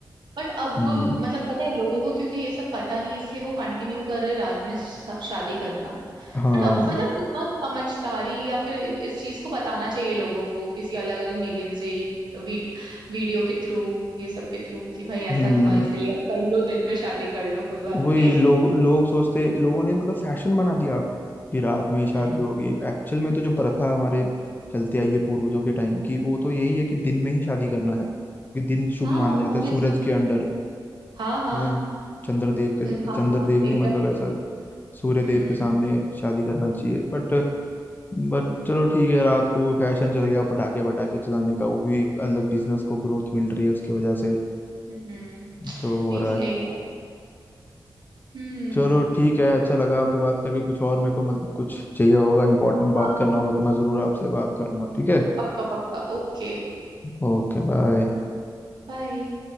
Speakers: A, on the right; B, on the left.
A: बट अब
B: हम्म
A: मतलब पता है लोगों को क्योंकि ये सब पता नहीं इसलिए वो कंटिन्यू कर रहे रात में शा- शादी करना
B: हाँ
A: बट अब मतलब इतना समझदारी या फिर इस चीज को बताना चाहिए लोगों को किसी अलग अलग मीडियम से ही, वी, वीडियो के थ्रू ये सब के थ्रू कि भाई
B: हम्म
A: ऐसा था इसीलिए अब कर लो दिन में शादी कर लो कोई बात
B: वही
A: नहीं
B: लोग लोग सोचते लोगों ने मतलब फैशन बना दिया कि रात में ही शादी
A: हम्म
B: होगी एक्चुअल में तो जो प्रथा हमारे चलते आई है पूर्वजों के टाइम की वो तो यही है कि दिन में ही शादी करना है कि दिन शुभ
A: हाँ
B: माना
A: हाँ
B: जाता
A: ऑब्वियसली
B: है सूरज के अंडर
A: हाँ हाँ
B: है ना चंद्रदेव के
A: फिर हाँ
B: चंद्रदेव
A: हाँ
B: ने
A: एकदम
B: मतलब
A: एकदम
B: ऐसा सूर्य देव
A: हम्म
B: के सामने शादी करना चाहिए बट बट चलो ठीक है रात को फैशन चल गया पटाखे वटाखे चलाने का वो भी एक अलग बिजनेस को ग्रोथ मिल रही है उसकी वजह से
A: हम्म हम्म
B: तो हो
A: नहीं
B: रहा
A: सही
B: है
A: है हम्म
B: चलो ठीक है अच्छा लगा आपसे बात करके कुछ और मेरे को मतलब कुछ चाहिए होगा इंपॉर्टेंट
A: हाँ
B: बात
A: हाँ
B: करना होगा तो मैं ज़रूर आपसे बात करूंगा ठीक है
A: पक्का पक्का ओके
B: Okay bye
A: बाय